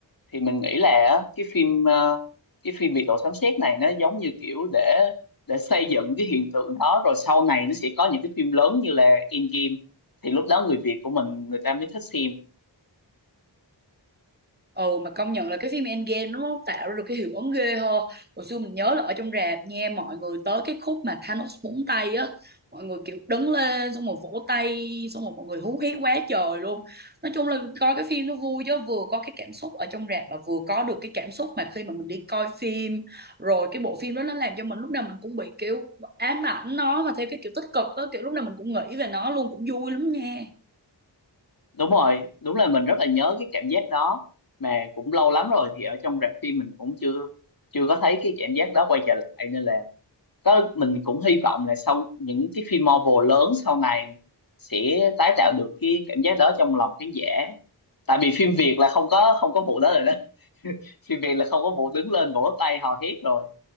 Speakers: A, on the left; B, on the right.
A: thì mình nghĩ là á, cái phim ờ, cái phim biệt đội sấm sét này nó giống như kiểu để để xây dựng cái hiện tượng đó rồi sau này nó sẽ có những cái phim lớn như là Endgame thì lúc đó người Việt của mình người ta mới thích xem
B: ừ mà công nhận là cái phim Endgame nó tạo ra được cái hiệu ứng ghê ho hồi xưa mình nhớ là ở trong rạp nha mọi người tới cái khúc mà Thanos búng tay á mọi người kiểu đứng lên xong rồi vỗ tay xong rồi mọi người hú hét quá trời luôn nói chung là coi cái phim nó vui chứ vừa có cái cảm xúc ở trong rạp mà vừa có được cái cảm xúc mà khi mà mình đi coi phim rồi cái bộ phim đó nó làm cho mình lúc nào mình cũng bị kiểu ám ảnh nó mà theo cái kiểu tích cực á kiểu lúc nào mình cũng nghĩ về nó luôn cũng vui lắm nha
A: đúng rồi đúng là mình rất là nhớ cái cảm giác đó mà cũng lâu lắm rồi thì ở trong rạp phim mình cũng chưa chưa có thấy cái cảm giác đó quay trở lại nên là có mình cũng hy vọng là sau những cái phim Marvel lớn sau này sẽ tái tạo được cái cảm giác đó trong lòng khán giả tại vì phim Việt là không có không có vụ đó rồi đó <laughs> phim Việt là không có vụ đứng lên vỗ tay hò hét rồi